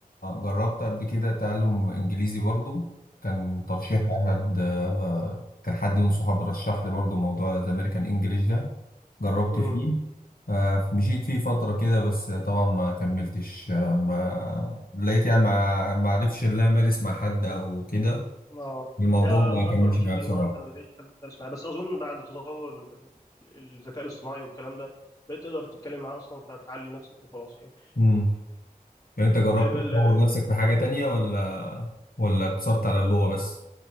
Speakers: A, on the left (about 70°); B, on the left (about 20°).
A: جربت قبل كده تعلم انجليزي برضو كان ترشيح احد كان حد من صحابي رشح لي برضو موضوع الامريكان انجليش ده جربت
B: امم
A: فيه آه، مشيت فيه فترة كده بس طبعا ما كملتش آه، ما لقيت يعني ما ما عرفش ان انا امارس مع حد او كده
B: اه
A: الموضوع
B: هي
A: ما
B: من اكبر
A: كملش
B: المشاكل
A: معايا بصراحة
B: ان هو انت ما بتلاقيش حد تدرس معاه بس اظن بعد تطور ال- الذكاء الاصطناعي والكلام ده بقيت تقدر تتكلم معاه اصلا فتعلي نفسك وخلاص يعني
A: امم يعني انت جربت
B: طيب ال-
A: تطور نفسك في حاجة تانية ولا ولا اقتصرت على اللغة بس